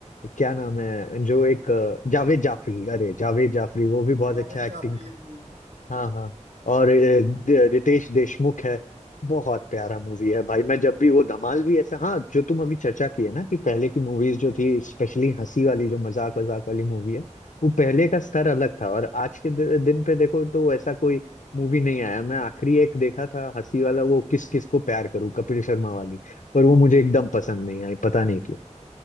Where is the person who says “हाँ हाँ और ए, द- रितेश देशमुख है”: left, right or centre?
Left